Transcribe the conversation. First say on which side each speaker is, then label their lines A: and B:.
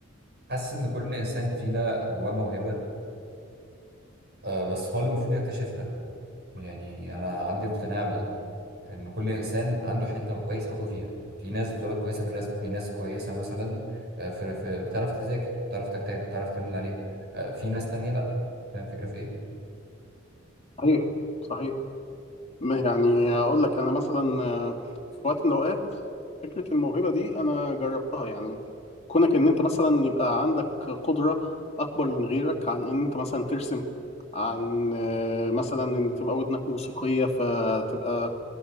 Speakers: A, on the right; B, on the left.
A: حاسس إن كل إنسان فينا جواه موهبة آه، بس هو اللي المفروض يكتشفها يعني أنا عندي اقتناع ان كل انسان عنده حته هو كويس قوي فيها في ناس بتقولك كويسه في الرسم في ناس كويسه مثلا آه، في في بتعرف تذاكر بتعرف تجتهد بتعرف تعمل اللي عليه آه، في ناس تانية لا فاهم الفكره في ايه
B: صحيح صحيح ما- يعني أقول لك أنا مثلا آه، في وقت من الأوقات فكرة الموهبة دي أنا جربتها يعني كونك إن أنت مثلا يبقى عندك قدرة أكبر من غيرك عن إن أنت مثلا ترسم عن آه، مثلا إن تبقى ودنك موسيقية فتبقى